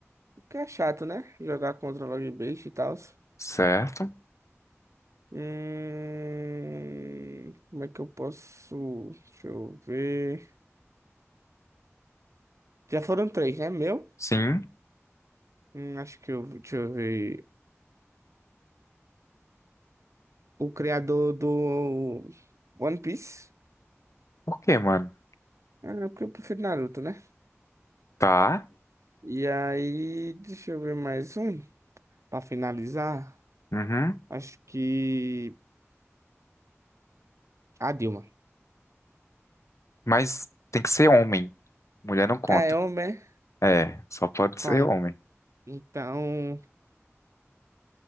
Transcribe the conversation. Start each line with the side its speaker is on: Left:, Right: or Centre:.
Right: Que é chato, né? Jogar contra o Log Base e tal.
Left: Certo.
Right: Hum, como é que eu posso? Deixa eu ver. Já foram três, né? Meu?
Left: Sim.
Right: Hum, acho que eu. Deixa eu ver. O criador do One Piece.
Left: Por quê, mano?
Right: Ah, não, porque eu prefiro Naruto, né?
Left: Tá.
Right: E aí, deixa eu ver mais um. Pra finalizar,
Left: Uhum.
Right: acho que. A Dilma.
Left: Mas tem que ser homem. Mulher não conta.
Right: Ah, é homem, é?
Left: É, só pode
Right: Tá.
Left: ser homem.
Right: Então.